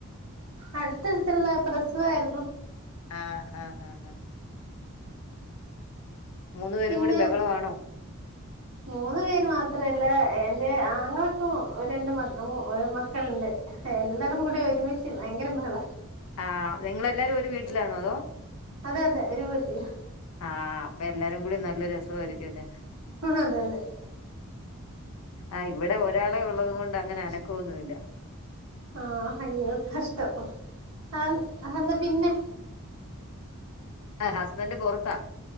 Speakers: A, on the right; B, on the left.
A: അടുത്തടുത്തുള്ള പ്രസവായിരുന്നു.
B: ആഹ് ആഹ് ആഹ് അഹ് മൂന്നു പേരും
A: പിന്നെ
B: കൂടി ബഹളമാണോ?
A: മൂന്ന് പേര് മാത്രല്ല. എന്റെ ആങ്ങളക്കു ഒ രണ്ട് മ ഓ ഒര് മക്കള്ണ്ട്. എല്ലാരും കൂടി ഒരുമിച്ച് ഭയങ്കര ബഹളാ
B: ആഹ് നിങ്ങളെല്ലാരും ഒരു വീട്ടിലാണോ അതോ?
A: അതെ അതെ ഒരു വീട്ടിലാ
B: ആഹ് അപ്പൊ എല്ലാരും കൂടി നല്ല രസമായിരിക്കു അല്ലെ
A: പ്പളൂ അതെ അതെ
B: ആഹ് ഇവടെ ഒരാളെ ഉള്ളത് കൊണ്ട് അങ്ങനെ അനക്കൊന്നുല്ല
A: ആഹ് ഹയ്യോ കഷ്ടം ആഹ് അതെന്താ പിന്നെ
B: ആഹ് ഹസ്ബൻഡ് പൊറത്താ